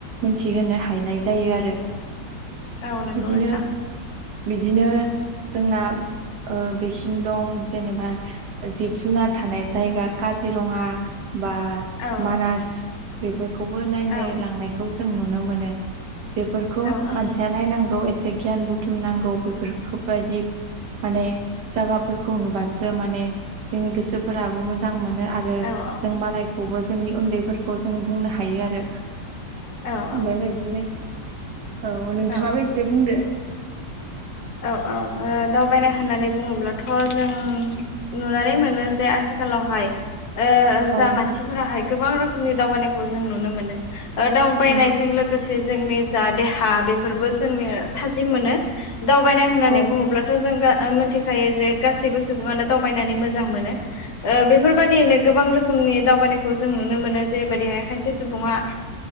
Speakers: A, on the right; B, on the left.
A: मोनथिहोनो हायानाय जायो । आरो
B: औ नंगौ
A: बिदिनो
B: नोंथां
A: बिदिनो जोंना ओ बेखिं दं जेनेबा जिब जुनार थानाय जायगा काजिरङा बा
B: औ
A: मानास बेफोरखौबो नायनो
B: औ
A: लांनायखौ जों नुनो मोनो बेफोरखौ
B: औ औ
A: मानसिया नायनांगौ एसे गियान बुथुम नांगौ बेफोरखौ बायदि माने जागाफोरखौ नुबासो माने जोंनि गोसोफोराबो मोजां मोनो आरो
B: औ
A: जों मालायखौ खौबो जोंनि उन्दैफोरखौ जों बुंनो हायो आरो
B: औ औ
A: बेबायदिनो औ नोंथांङाबो
B: औ
A: एसे बुंदो
B: औ - औ दावबायना होननानै बुङोब्लाथ' जों नुनानै मोनो जे आथिखाल आथिखालावहाय
A: औ
B: जा मानसिफोराहाय गोबां रोखोमनि दावबायनायखौ जों नुनो मोनो दावबायनायजों
A: औ
B: लोगोसे जोंनि जा देहा बेफोरबो जोंनो थाजिम मोनो दावबायनाय होननानै
A: औ
B: बुंङोब्लाथ' जों गा मिथिखायो जे गासैबो सुबुंङानो दावबायनानै मोजां मोनो बेफोरबायदियैनो गोबां रोखोम नि दावबायनायखौ जों नुनो मोनो जेरैबायदिहाय खायसे सुबुंङा